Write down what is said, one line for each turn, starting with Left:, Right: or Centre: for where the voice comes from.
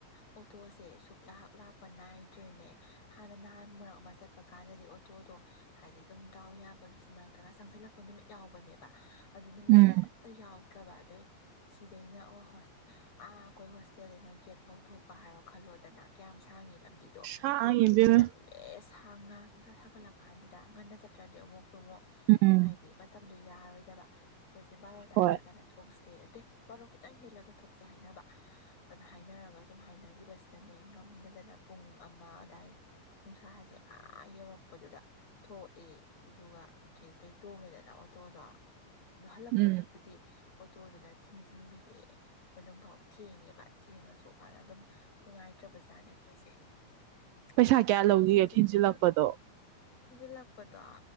Left: ꯑꯣꯇꯣꯁꯦ ꯁꯨꯛ ꯂꯥꯛ ꯂꯥꯛꯄ ꯅꯥꯏꯗ꯭ꯔꯦꯅꯦ ꯍꯥꯟꯅ ꯅꯍꯥꯟ ꯃꯔꯛ ꯑꯃ ꯆꯠ ꯄ ꯀꯥꯟꯗꯗꯤ ꯑꯣꯇꯣꯗꯣ ꯍꯥꯏꯗꯤ ꯗꯨꯝ ꯗꯥꯎ ꯌꯥꯕꯒꯤꯁꯤ ꯃꯔꯛꯇꯒ ꯆꯪꯁꯤꯜꯂꯛꯄ ꯅꯨꯃꯤꯠ ꯌꯥꯎꯕꯅꯦꯕ ꯑꯗꯨ ꯅꯨꯃꯤꯠꯁꯤꯗ
Right: ꯎꯝ
Left: ꯑꯝꯇ ꯌꯥꯎꯗ꯭ꯔꯕ ꯑꯗꯩ ꯁꯤꯗꯩꯅ ꯑꯣ ꯑꯥ ꯑꯩꯈꯣꯏ ꯍꯣꯁꯇꯦꯜꯗꯩꯅ ꯒꯦꯠ ꯐꯥꯎ ꯊꯣꯛꯄ ꯍꯥꯏꯔꯣ ꯈꯜꯂꯣꯗꯅ ꯀꯌꯥꯝ ꯁꯥꯡꯉꯤ ꯂꯝꯕꯤ ꯗꫭ
Right: ꯁꯥꯡꯉꯤ ꯏꯕꯦꯝꯃ
Left: ꯆꯠꯂꯤꯗꫭ ꯑꯦ ꯁꯥꯡꯅ ꯅꯨꯡꯁꯥ ꯁꯥꯒꯠꯂꯛ ꯀꯥꯟꯁꯤꯗ ꯉꯟꯅ ꯆꯠꯇ꯭ꯔꯗꯤ ꯑꯃꯨꯛꯁꯨ ꯑꯃꯨꯛ
Right: ꯎꯝ
Left: ꯍꯥꯏꯗꯤ ꯃꯇꯝꯗꯣ ꯌꯥꯔꯣꯏꯗꯕ ꯑꯩꯈꯣꯏꯁꯦ ꯕꯥꯔꯣ ꯇꯥꯔꯗ꯭ꯔꯤ
Right: ꯍꯣꯏ
Left: ꯀꯥꯟꯗ ꯊꯣꯛꯁꯦ ꯑꯇꯦ ꯕꯥꯔꯣ ꯈꯤꯇꯪ ꯍꯦꯜꯂꯒ ꯊꯣꯛꯁꯦ ꯍꯥꯏꯅꯕ ꯑꯗ ꯍꯥꯏꯅꯔꯒ ꯁꯨꯝ ꯍꯥꯏꯅꯈꯤꯕꯁꯤꯅꯅꯦ ꯉꯝꯗꯗꯅ ꯄꯨꯡ ꯑꯃ ꯑꯗꯥꯏ ꯅꯨꯡꯁꯥꯁꯦ ꯑꯥ ꯌꯧꯔꯛꯄꯗꯨꯗ ꯊꯣ ꯑꯦ ꯑꯗꯨꯗꯨꯒ ꯒꯦꯠꯇꯩ ꯇꯣꯡꯉꯦꯗꯅ ꯑꯣꯇꯣꯗꯣ ꯍꯜꯂꯛꯄꯗꯨꯕꯨꯗꯤ
Right: ꯎꯝ
Left: ꯑꯣꯇꯣꯗꯨꯅ ꯊꯤꯟꯖꯤꯟꯕꯤꯔꯦ ꯃꯅꯨꯡꯐꯥꯎ ꯊꯦꯡꯉꯦꯕ ꯊꯦꯡꯉꯁꯨ ꯃꯥꯅ ꯑꯗꯨꯝ ꯅꯨꯡꯉꯥꯏꯇ꯭ꯔꯕꯖꯥꯠꯅꯦ ꯑꯈꯣꯏꯁꯦ
Right: ꯄꯩꯁꯥ
Left: ꯉꯔꯥꯡꯗꯨꯕꯨꯗꯤ
Right: ꯀꯌꯥ ꯂꯧꯒꯤꯒꯦ
Left: ꯊꯤꯟꯖꯤꯟꯕꯤꯒꯔ꯭ꯦ
Right: ꯊꯤꯟꯖꯤꯜꯂꯛꯄꯗꯣ
Left: ꯊꯤꯟꯖꯤꯜꯂꯛꯄꯗꯣ